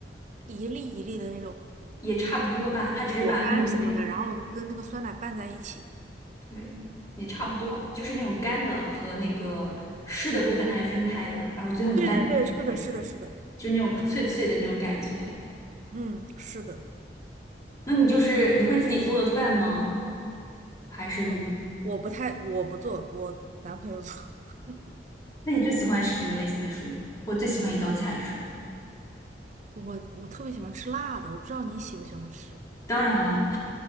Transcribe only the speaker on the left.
也差不多吧，它只是把那种麦片，
对，也差不多，就是那种干的和那个湿的部分它是分开的，然后最后你拌在一起吃。
就那种脆脆的那种感觉。
那你就是你会自己做饭吗？还是你？
那你最喜欢是什么类型的食物呢我最喜欢一道菜是什么
当然了，